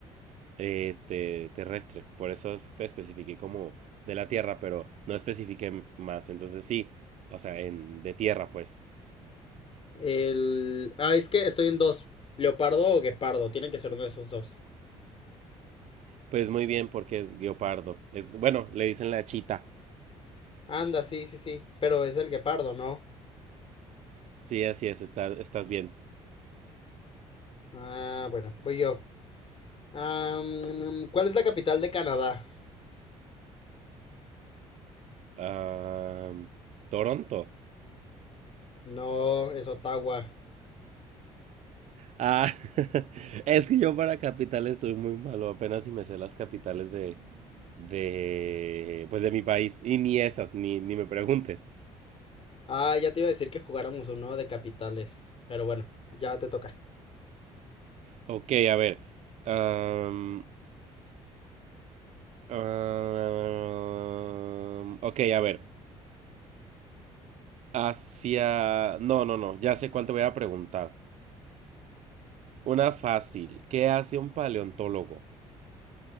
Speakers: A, on the right (about 55°); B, on the left (about 45°).
A: este, terrestre. Por eso especifiqué como de la tierra, pero no especifiqué más. Entonces sí, o sea, en, de tierra, pues.
B: El... Ah, es que estoy en dos. Leopardo o guepardo, tiene que ser uno de esos dos.
A: Pues muy bien, porque es guepardo. Es, bueno, le dicen la chita.
B: Anda, sí, sí, sí, pero es el guepardo, ¿no?
A: Sí, así es, está, estás bien.
B: Ah, bueno, voy yo. Am, ¿cuál es la capital de Canadá?
A: Ah, Toronto.
B: No, es Ottawa.
A: Ah, <laughs> es que yo para capitales soy muy malo, apenas si me sé las capitales de, de, pues de mi país. Y ni esas, ni, ni me preguntes.
B: Ah, ya te iba a decir que jugáramos uno de capitales, pero bueno, ya te toca.
A: Ok, a ver. am, Ah, ok, a ver. Hacia... No, no, no. Ya sé cuál te voy a preguntar. Una fácil. ¿Qué hace un paleontólogo?